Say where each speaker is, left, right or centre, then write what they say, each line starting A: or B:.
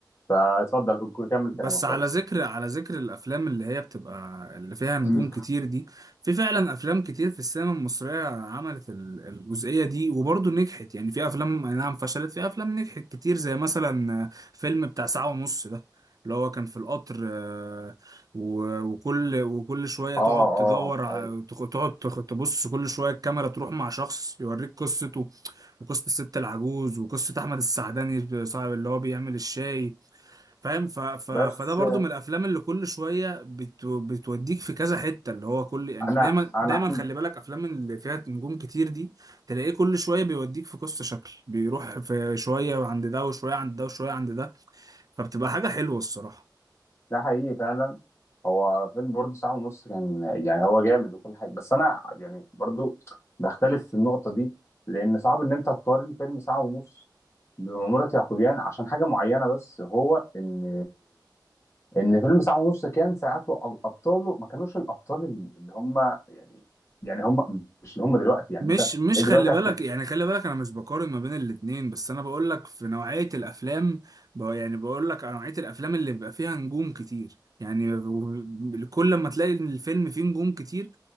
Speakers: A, on the left; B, on the right.
A: فاتفضل قول- كمل كلامك
B: بس على
A: طيب
B: ذكر على ذكر الافلام اللي هي بتبقى اللي فيها نجوم
A: مم.
B: كتير دي في فعلا افلام كتير في السينما المصريه عملت ال- الجزئيه دي وبرضه نجحت يعني في افلام أي نعم فشلت في افلام نجحت كتير زي مثلا فيلم بتاع ساعه ونص ده اللي هو كان في القطر آه، و- وكل وكل شويه
A: اه
B: تقعد
A: اه
B: تدور ع-
A: ايوه
B: تخ- تقعد تخ- تبص كل شويه الكاميرا تروح مع شخص يوريك قصته وقصه الست العجوز وقصه احمد السعداني صاحب اللي هو بيعمل الشاي فاهم ف... ف...
A: بس
B: فده برضو من الافلام اللي كل شويه بت... بتوديك في كذا حته اللي هو كل يعني
A: انا
B: دايما
A: انا
B: دايما
A: عندي
B: خلي بالك افلام اللي فيها نجوم كتير دي تلاقيه كل شويه بيوديك في قصه شكل بيروح في شويه عند ده وشويه عند ده وشويه عند ده فبتبقى حاجه حلوه الصراحه
A: ده حقيقي فعلا هو فيلم برضه ساعة ونص كان يعني هو جامد وكل حاجة بس أنا يعني برضه بختلف في النقطة دي لأن صعب إن أنت تقارن فيلم ساعة ونص بمأمورة يعقوبيان عشان حاجة معينة بس هو إن إن فيلم ساعة ونص كان ساعته أب- أبطاله ما كانوش الأبطال اللي هم يعني يعني هم مش اللي هم دلوقتي يعني
B: مش
A: أنت
B: مش
A: إيه دلوقتي
B: خلي بالك
A: هت-
B: يعني خلي بالك انا مش بقارن ما بين الاتنين بس انا بقول لك في نوعيه الافلام ب... يعني بقول لك نوعيه الافلام اللي بيبقى فيها نجوم كتير يعني و- كل ما تلاقي إن الفيلم فيه نجوم كتير